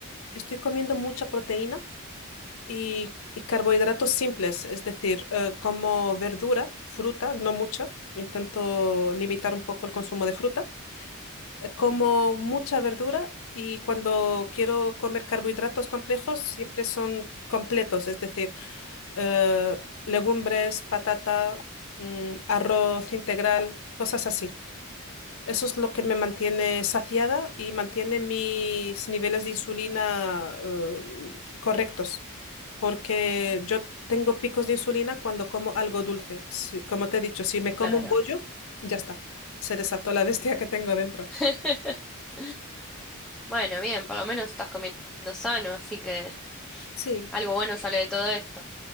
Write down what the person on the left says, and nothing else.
Estoy comiendo mucha proteína y, y carbohidratos simples, es decir, eh, como verdura, fruta, no mucha, intento limitar un poco el consumo de fruta, eh, como mucha verdura y cuando quiero comer carbohidratos complejos siempre son completos, es decir, eh, legumbres, patata, mm, arroz integral, cosas así. Eso es lo que me mantiene saciada y mantiene mis niveles de insulina eh, correctos, porque yo tengo picos de insulina cuando como algo dulce. Si- como te he dicho, si me como
un bollo, ya está, se desató la bestia que tengo dentro.
Sí.